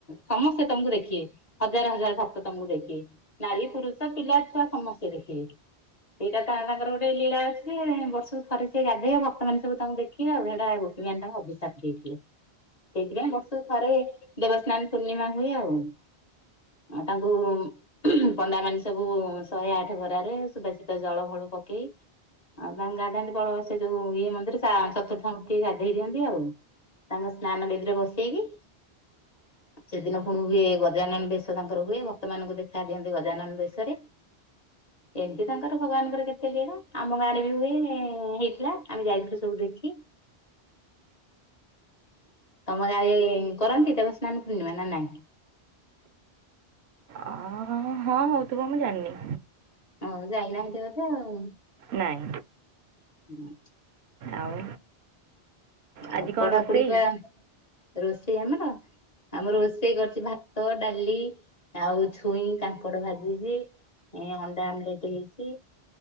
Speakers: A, on the left; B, on the right.
A: ସମସ୍ତେ ତମକୁ ଦେଖିବେ ହଜାର ହ ଭକ୍ତ ତମୁକୁ ଦେଖି ବେ ନାରୀ ପୁରୁଷ ପିଲା ଛୁଆ ସମସ୍ତେ ଦେଖିବେ। ସେଇଟା ତ ତାଙ୍କର ଗୋଟେ ଲୀଳା ଅଛି ବର୍ଷକୁ ଥରେ ସିଏ ଗାଧୋଇବେ ଭ ସେମାନେ ସବୁ ତାଙ୍କୁ ଦେଖିବେ ହେଟା ଗୋପୀ ତାଙ୍କୁ ଅଭିଶାପ ଦେଇଥିଲେ। ସେଇଥି ପାଇଁ ବର୍ଷ କୁ ଥରେ ଦେବସ୍ନାନ ପୂର୍ଣ୍ଣିମା ହୁଏ ଆଉ। ତାଙ୍କୁ ପଣ୍ଡା ମାନେ ସବୁ ଶହେ ଆଠ ଘରାରେ ସୁବାଶିତ ଜଳ ଭ ପକେଇ ଆଉ ତାଙ୍କୁ ଗାଧାନ୍ତି ବଳ ସେ ଯୋଉ। ଇଏ ମନ୍ଦିରେ ସା ଚତୁର୍ଥା ମୂର୍ତି ଗାଧେଇ ଦିଅନ୍ତି ଆଉ। ତାଙ୍କ ସ୍ନାନ ବେଦୀରେ ବସେଇକି।
B: <inaudible>
A: ସେଦିନ ପୁଣି ହୁଏ ଗଜାନନ ବେଶ ତାଙ୍କର ହୁଏ ଭକ୍ତମାନଙ୍କୁ ଦେଖା ଦିଅନ୍ତି ଗଜାନନ ଭେଶରେ। ଏମିତି ତାଙ୍କର ଭଗବାନଙ୍କର କେତେ ଲୀଳା ଆମ ଗାଁରେ ବି ହୁଏ ହେଇଥିଲା। ଆମେ ଯାଇଥିଲୁ ସବୁ ଦେଖି। ତମ ଗାଁ ରେ କରନ୍ତି ଦେବ ସ୍ନାନ ପୂର୍ଣ୍ଣିମା ନା ନାଇଁ।
B: ଅ ହଁ ହଉଥିବ ମୁଁ ଜାଣିନି।
A: ହଉ ଯାଇ ନାହି କେବେ ତ ଆଉ
B: ନାଇଁ
A: ହୁଁ।
B: ଆଉ। ଆଜି
A: ଆଉ
B: କଣ
A: ପଢାପଢି
B: ରୋଷେଇ
A: ବା ରୋଷେଇ ଆମର। ଆମର ରୋଷେଇ କରିଛି ଭାତ ଡାଲି ଆଉ ଛୁଇଁ କାଙ୍କଡ ଭାଜିଛି। ଏ ଅଣ୍ଡା ଆମଲେଟ ହେଇଛି